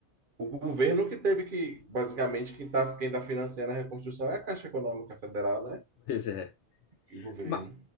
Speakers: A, on the right; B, on the left.
A: O governo que teve que, basicamente, quem está quem tá financiando a reconstrução é a Caixa Econômica Federal, né?
B: Pois é.
A: E o governo.
B: Ma-